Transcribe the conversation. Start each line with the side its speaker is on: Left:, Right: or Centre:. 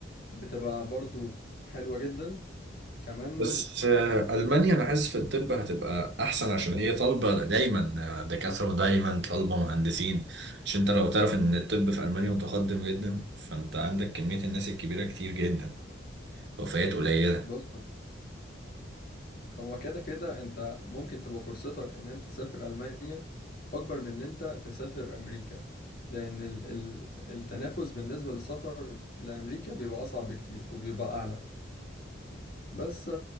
Left: بتبقى برضو حلوه جدا كمان
Right: بس آه، ألمانيا أنا حاسس في الطب هتبقى أحسن عشان هي طالبة دايما آه، دكاترة ودايما طالبة مهندسين عشان أنت لو تعرف إن الطب في ألمانيا متقدم جدا فأنت عندك كمية الناس الكبيرة كتير جدا وفيات قليلة
Left: بص هو كده كده انت ممكن تبقى فرصتك ان انت تسافر المانيا اكبر من ان انت تسافر امريكا لان ال ال التنافس بالنسبه للسفر لامريكا بيبقى اصعب بكتير وبيبقى اعلى بس